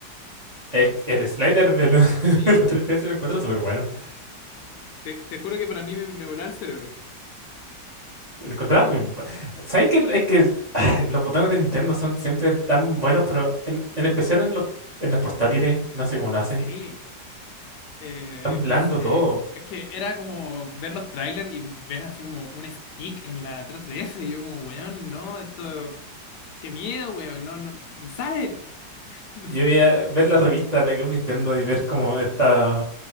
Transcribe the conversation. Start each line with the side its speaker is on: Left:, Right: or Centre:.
Right: Es que el slider de la, <laughs>
Left: Sí,
Right: de la 3DS lo encuentro súper bueno.
Left: Te, te juro que para mí me, me volaba el cerebro.
Right: Lo encontraba muy bueno. ¿Sabes que es que <sighs> los botones de Nintendo son siempre tan buenos, pero en, en especial en los en las portátiles, no sé cómo lo hacen.
Left: Sí, eh,
Right: Tan blando
Left: no sé.
Right: todo.
Left: Es que era como ver los trailers y ver así como un stick en la 3DS. Y yo como, weón, no, esto... Qué miedo, weón, no, no, sale. <laughs> No
Right: Yo
Left: sé.
Right: veía ver la revista, la Club Nintendo y ver como estas